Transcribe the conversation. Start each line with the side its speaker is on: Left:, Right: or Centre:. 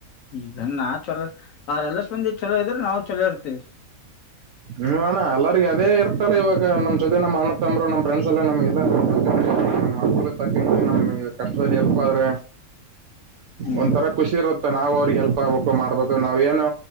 Left: ಈಗಾ ಚಲೋ ಅವ್ರೆಲ್ಲ ಸ್ ಬಂದಿ ಚಛಲೋ ಇದ್ರೆ ನಾವು ಚಲೋ ಇರ್ತೀವಿ
Right: ಹ್ಮ್ ಅಣ್ಣ ಅಲ್ಲಗ ಅದೇ ಇರ್ತಲ್ಲ ಇವಾಗ ನಮ್ ಜೊತೆ ನಮ್ಮ ಅಣ್ಣ ತಂಬರು ನಮ್ ಫ್ರೆಂಡ್ಸ್ ಎಲ್ಲ ನಮ್ಗೆಲ್ಲ ಅನುಕಲಾಕ ನಮ್ ಕಷ್ಟದಲ್ಲಿ ಎಲ್ಪ ಆದ್ರೆ
Left: ಹ್ಮ್
Right: ಒಂಂತರ ಖುಷಿ ಇರತ್ತೆ ನಾ್ ಅವ್ರಿಗೆ ಎಲ್ಪ್ ಆಗ್ಬೇಕು ಮಾಡ್ಬೇಕು ನಾವ್ೇಏನು